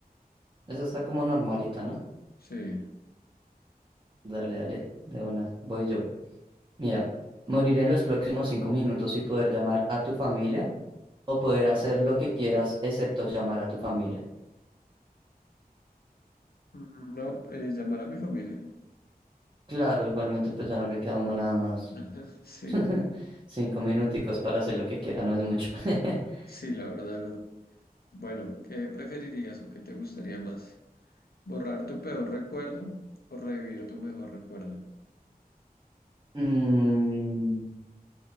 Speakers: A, on the right; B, on the left.
A: Eso está como normalita, ¿no?
B: Sí.
A: Dale, dale, de una. Voy yo. Mira, morir en los próximos cinco minutos y poder llamar a tu familia o poder hacer lo que quieras excepto llamar a tu familia.
B: Mm, No, eh, llamar a mi familia.
A: Claro, igualmente pues ya no le queda a uno nada más.
B: <laughs> Ajá, Sí,
A: <laughs> Cinco minuticos para hacer lo que quiera no es mucho. <laughs>
B: sí, la verdad no. Bueno, ¿qué preferirías o qué te gustaría más? ¿Borrar tu peor recuerdo o revivir tu mejor recuerdo?
A: Mm,